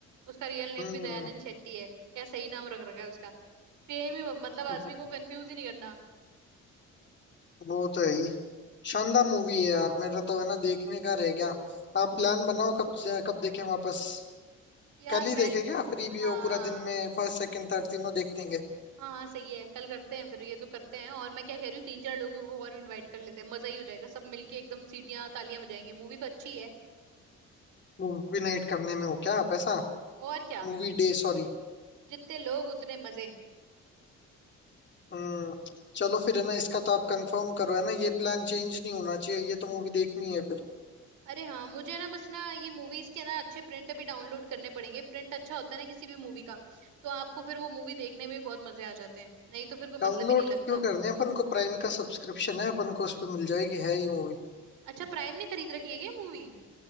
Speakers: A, on the right; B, on the left.
A: उसका रियल नेम
B: हम्म
A: भी दयानंद शेट्टी है क्या सही नाम रख रखा है उसका सेम ही मतलब आदमी
B: वो,
A: को कंफ्यूज ही नहीं करना
B: वो तो है ही शानदार मूवी है यार मेरा तो है ना देखने का रह गया आप प्लान बनाओ कब कब देखें वापस
A: यार
B: कल
A: मैं
B: ही देखें क्या फ्री
A: हाँ
B: भी हो पूरा दिन में फर्स्ट सेकंड थर्ड तीनों देख देंगे
A: हाँ हाँ सही है कल करते हैं फिर ये तो करते हैं और मैं क्या कह रही हूँ तीन चार लोगों को और इनवाइट कर लेते हैं मजा ही हो जाएगा सब मिलके एकदम सीटियां तालियां बजाएंगे मूवी तो अच्छी है
B: मूवी नाइट करने में हो क्या पैसा
A: और क्या
B: Movie day sorry
A: जितने लोग उतने मजे
B: हम्म चलो फिर है ना इसका तो आप कंफर्म करो है ना ये प्लान चेंज नहीं होना चाहिए ये तो मूवी देखनी है फिर
A: अरे हाँ मुझे ना बस ना ये मूवीज के ना अच्छे प्रिंट अभी डाउनलोड करने पड़ेंगे प्रिंट अच्छा होता है ना किसी भी मूवी का तो आपको फिर वो मूवी देखने में भी बहुत मजे आ जाते हैं नहीं तो फिर कोई
B: डाउनलोड
A: मतलब ही नहीं लगता
B: क्यों करनी है अपन को प्राइम का सब्सक्रिप्शन है अपन को उस पे मिल जाएगी है ये मूवी
A: अच्छा प्राइम ने खरीद रखी है क्या मूवी